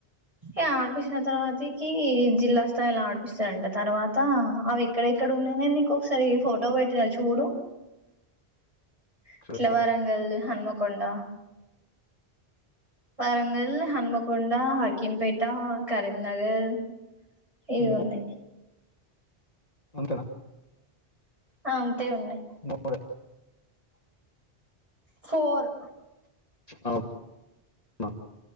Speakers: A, on the right; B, on the left.
A: ఏ ఆడిపించిన తర్వాతికి జిల్లా స్థాయిలో ఆడిపిస్తరంట, తర్వాత అవి ఎక్కడ ఇక్కడ ఉన్నాయ నీకు ఒకసారి ఫోటో పెట్టినా చూడు. ఇట్ల
B: చూస్తా
A: వరంగల్ హనుమకొండ వరంగల్, హన్మకొండ, హకీంపేట, కరీంనగర్ ఇవి
B: ఇంకా
A: ఉన్నాయి.
B: అంతేన
A: ఆ అంతే ఉన్నయి
B: మూడే
A: ఫోర్
B: అవు న